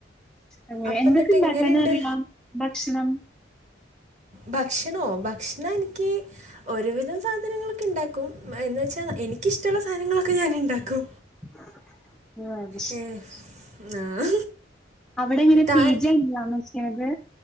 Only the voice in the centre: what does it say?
അങ്ങനെ
എന്തൊക്കെ
ഇണ്ടാക്കൻ
അറിയാം ഭക്ഷ്ണം
<inaudible>
അവിടെ എങ്ങനെയാ
പീജെയന്നയാ താമസിക്കണത്